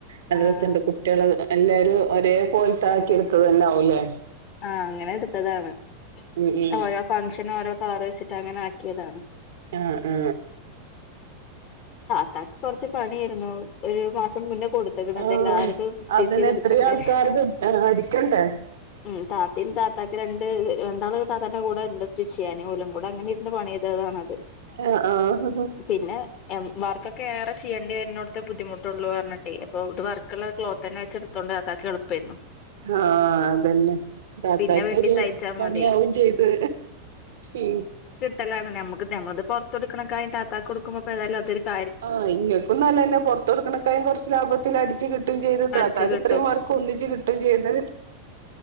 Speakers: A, on the right; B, on the left.
A: നല്ല
B: ആഹ്
A: രസണ്ട് കുട്ടിയെള് അ അല്ലേ ഒരു ഒരേ പോൽത്ത ആക്കി എടുത്തത് തന്നെ ആവൂല്ലേ
B: ആ അങ്ങനെ എടുത്തതാണ്
A: ഉം ഉം
B: അ ഓരോ ഫങ്ങ്ഷന് ഓരോ കളറ് വെച്ചിട്ട് അങ്ങനെ ആക്കിയതാണ്
A: അ ആ ആ
B: ഇത്താക്ക് കൊറച്ച് പണിയേരുന്നു ഒരു മാസം മുന്ന കൊടുത്ത്ക്ണത്
A: ആഹ്
B: എല്ലാരതും സ്റ്റിച്ചെയ്തെടുക്കണ്ടേ
A: അതിന് എത്രയും ആൾക്കാരത് അടിക്കണ്ടേ
B: ഉം താത്തേം താത്താക്ക് രണ്ട് ര രണ്ടാള് താത്താന്റ കൂടെ ഇണ്ട് സ്റ്റിച്ച് ചെയ്യാന്. ഓലും കൂടെ അങ്ങനെ ഇരുന്ന് പണി ചെയ്തതാണത്
A: ആഹ് ആഹ്
B: പിന്നെ എം വർക്ക് ക്കെ ഏറ ചെയ്യേണ്ടി വരുന്നോട്ത്ത് ബുദ്ധിമുട്ടുള്ളു പറഞ്ഞിട്ടേ അപ്പൊ ഇത് വർക്ള്ള ക്ലോത്തന്നെ വെച്ച് എടുത്തോണ്ടാ താത്താക്ക് എളുപ്പേരുന്നു
A: ആഹ് അതന്നെ താത്താക്കൊരു
B: പിന്നെ വെട്ടി തയ്ച്ചാൽ
A: പണിയാവോം
B: മതി
A: ചെയ്ത് ഇ
B: തല്ലാണ്. ഞമ്മക്ക് ഞമ്മളത് പൊറത്തൊടുക്കണ ഇത്താക്കൊടുക്കുമ്പ ഇപ്പേതാലും അതൊരു കാ
A: ആ ഇങ്ങക്കും നല്ലന്നെ പൊറത്ത് കൊടുക്കണക്കായിം കൊറച്ച് ലാഭത്തിൽ അടിച്ചു കിട്ടും ചെയ്ത്
B: അടിച്ചു
A: താത്താക്ക്
B: കിട്ടും
A: ഇത്രയും വർക്ക് ഒന്നിച്ചു കിട്ടും ചെയ്ത്